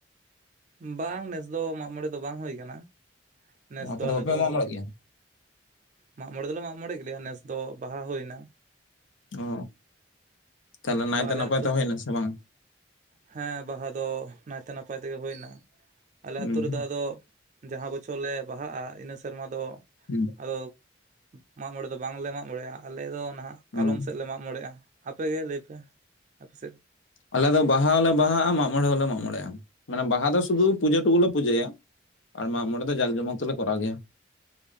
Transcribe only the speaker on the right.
ᱵᱟᱝ ᱱᱮᱥ ᱫᱚ ᱢᱟᱜᱢᱚᱬᱮ ᱫᱚ ᱵᱟᱝ ᱦᱩᱭ ᱟᱠᱟᱱᱟ᱾ ᱱᱮᱥ
ᱫᱚ ᱟᱞᱮ
ᱫᱚ
ᱢᱟᱜᱢᱚᱬᱮ ᱫᱚᱞᱮ ᱢᱟᱜᱢᱚᱬᱮ ᱜᱮᱞᱮᱭᱟ ᱱᱮᱥ ᱫᱚ ᱫᱚ ᱵᱟᱦᱟ ᱦᱩᱭ ᱮᱱᱟ᱾
ᱟᱫᱚ
ᱟᱞᱮ
ᱟᱹᱛᱩ
ᱦᱮᱸ ᱵᱟᱦᱟ ᱫᱚ ᱱᱟᱭᱛᱮ ᱱᱟᱯᱟᱭ ᱱᱟᱯᱟᱭ ᱛᱮᱜᱮ ᱦᱩᱭᱱᱟ ᱟᱞᱮ
ᱟᱛᱳ ᱨᱮᱫᱚ ᱟᱫᱚ ᱡᱟᱦᱟᱸ ᱵᱚᱪᱷᱚᱨ ᱞᱮ ᱵᱟᱦᱟᱜᱼᱟ ᱤᱱᱟᱹ ᱥᱮᱨᱢᱟ ᱫᱚ
ᱟᱫᱚ ᱢᱟᱜ ᱢᱚᱬᱮ ᱫᱚ ᱵᱟᱝᱞᱮ ᱢᱟᱜᱽ ᱢᱚᱬᱮᱭᱟ ᱟᱞᱮ ᱫᱚ ᱱᱟᱦᱟᱜ ᱠᱟᱞᱚᱢ
ᱥᱮᱫ ᱞᱮ ᱢᱟᱜ ᱢᱚᱬᱮᱜᱼᱟ᱾ ᱟᱯᱮᱜᱮ ᱞᱟᱹᱭ ᱯᱮ ᱟᱯᱮ ᱥᱮᱫ